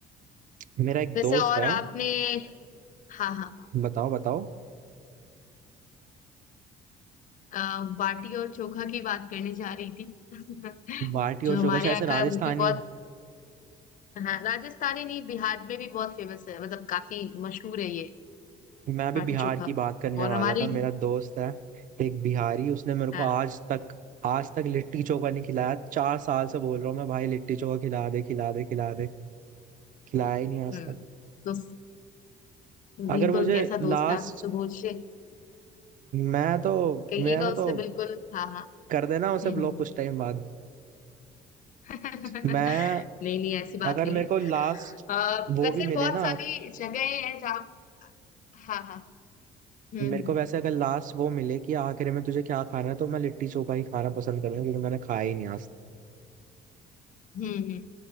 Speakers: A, on the right; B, on the left.
A: मेरा एक
B: वैसे
A: दोस्त
B: और
A: है
B: आपने हाँ हाँ हाँ
A: बताओ बताओ
B: अ, बाटी और चोखा की बात करने जा रही थी <laughs>
A: बाटी
B: जो
A: और चोखा
B: हमारे
A: शायद
B: यहाँ
A: से राजस्थानी
B: का वो भी बहुत हाँ राजस्थानी नहीं बिहार में भी बहुत फेमस है मतलब काफी मशहूर है ये
A: मैं अभी
B: बाटी
A: बिहार
B: चोखा
A: की बात करने
B: और
A: वाला
B: हमारे
A: था मेरा दोस्त है एक बिहारी उसने मेरे को
B: हाँ
A: आज तक आज तक लिट्टी चोखा नहीं खिलाया चार साल से बोल रहा हूँ मैं भाई लिट्टी चोखा खिला दे खिला दे खिला दे खिलाया ही नहीं आज
B: हम्म
A: तक
B: तो
A: अगर
B: बिल्कुल
A: मुझे
B: कैसा
A: लास्ट
B: दोस्त है आप उससे पूछिए
A: मैं तो
B: कहिएगा
A: मैंने
B: उससे
A: तो
B: बिल्कुल हाँ हाँ
A: कर देना उसे
B: हम्म
A: ब्लॉक
B: हम्म,
A: कुछ टाइम बाद
B: हम्म। <laughs>
A: मैं
B: नहीं नहीं ऐसी बात
A: अगर
B: नहीं
A: मेरे
B: है
A: को लास्ट
B: आ,
A: वो
B: वैसे
A: भी मिले
B: बहुत
A: ना
B: सारी जगहें हैं जहाँ हाँ हाँ हम्म
A: मेरे
B: हम्म
A: को वैसे अगर लास्ट वो मिले कि आखिर में तुझे क्या खाना है तो मैं लिट्टी चोखा ही खाना पसंद करूंगा क्योंकि मैंने खाया ही नहीं आज
B: हम्म हम्म।